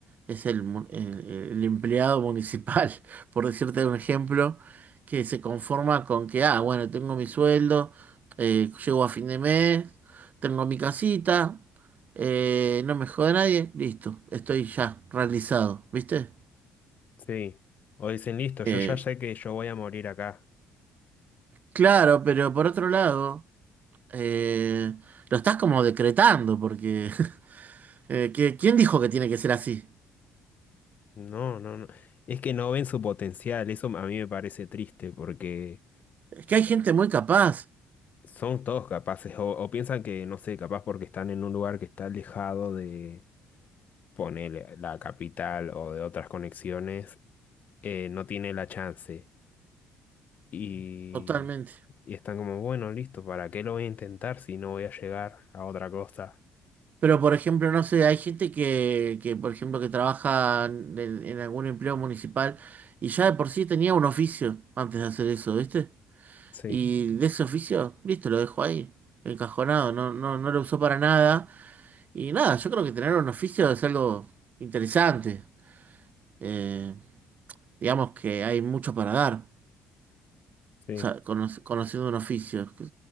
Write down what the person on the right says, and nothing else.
es el, mu- el- el empleado municipal, <laughs> por decirte un ejemplo, que se conforma con que, ah, bueno, tengo mi sueldo, eh, llego a fin de mes, tengo mi casita, eh, no me jode nadie, listo, estoy ya realizado, ¿viste?
Eh,
claro, pero por otro lado, eh, lo estás como decretando, porque <laughs> Eh, ¿qué- ¿quién dijo que tiene que ser así?
Es que hay gente muy capaz,
totalmente.
Pero, por ejemplo, no sé, hay gente que, que, por ejemplo, que trabaja en, en algún empleo municipal y ya de por sí tenía un oficio antes de hacer eso, ¿viste?
Y de ese oficio, listo, lo dejó ahí, encajonado, no, no, no lo usó para nada. Y nada, yo creo que tener un oficio es algo interesante. Eh, digamos que hay mucho para dar.
O sea, conoc- conociendo un oficio. que-